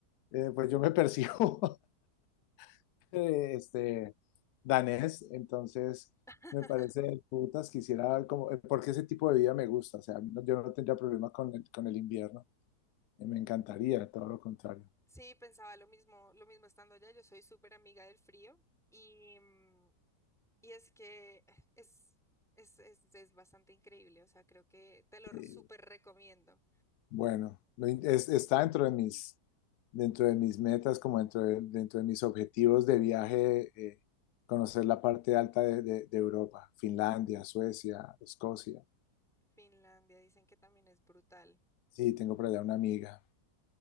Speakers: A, on the left; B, in the centre.
A: Eh, pues yo me percibo <laughs> eh, este, danés, entonces
B: <laughs>
A: me parece del putas, quisiera, como, eh, porque ese tipo de vida me gusta, o sea, no- yo no tendría problema con el, con el invierno, eh, me encantaría, todo lo contrario.
B: Sí, pensaba lo mismo, lo mismo estando allá. Yo soy súper amiga del frío y, mm, y es que es, es, es, es bastante increíble. O sea, creo que te lo
A: eh,
B: súper recomiendo.
A: Bueno, lo in- es- está dentro de mis, dentro de mis metas, como dentro de, dentro de mis objetivos de viaje, eh, conocer la parte alta de, de- de Europa, Finlandia, Suecia, Escocia.
B: Finlandia dicen que también es brutal.
A: Sí, tengo por allá una amiga.
B: Mm.